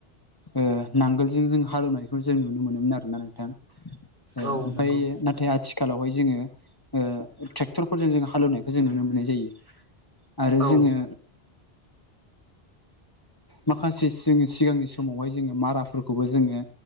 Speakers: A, on the left; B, on the right.
A: ओ नांगोलजों जों हालौवनायखौ जों नुनो मोनोमोन आरो ना नोंथां ओ
B: औ
A: ओमफ्राय
B: नंगौ
A: नाथाय आ आथिखालावहाय जोङो ओ ट्रेक्टरफोरजों जों हालेवनायखौ जों नुनो मोननाय जायो आरो
B: औ
A: जोङो माखासे जोङो सिगांनि समावहाय जोङो माराफोरखौबो जोङो